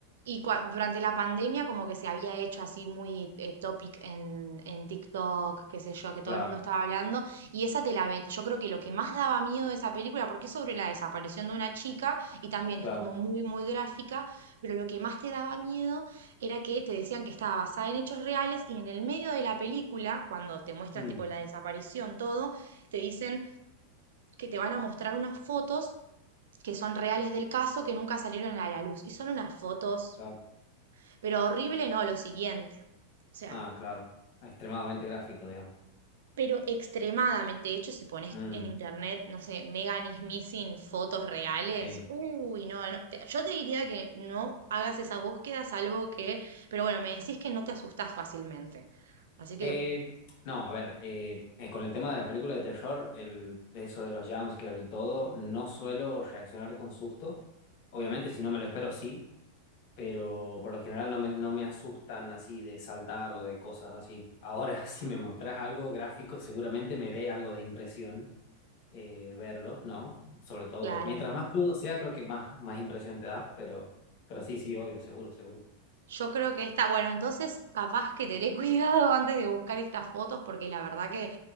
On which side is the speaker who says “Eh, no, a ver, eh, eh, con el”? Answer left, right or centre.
Left